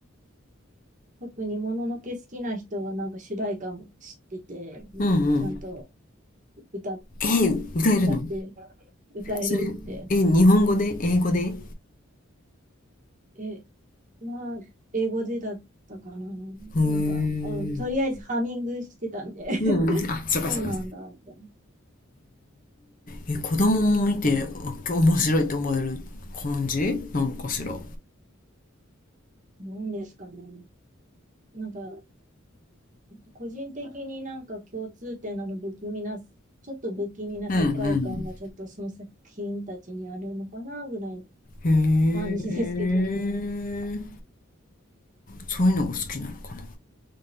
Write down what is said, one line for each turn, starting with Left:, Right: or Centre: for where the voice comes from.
Right: 特にもののけ好きな人はなんか主題歌も知ってて、
Left: うんうん。
Right: ちゃんと歌、
Left: え、歌えるの
Right: 歌って歌えるって、
Left: それ、え、日本語で英語でへえ。
Right: え、まあ、英語でだったかな。
Left: うん
Right: なんか、うん、とりあえずハミングしてたんで <laughs>
Left: うん。あ、そうかそうか。
Right: そうなんだ、
Left: へ
Right: みたい
Left: え。え、子供も見てあ面白いと思える感じなのかしら。う
Right: な。なんですかね。なんか、個人的になんか共通点なの不気味な、ちょっと不気味な世界観がちょっとその作品たちにあるのかな、
Left: んう
Right: ぐらいの
Left: ん。
Right: 感じですけどね。
Left: へえ。そういうのが好きなのかな。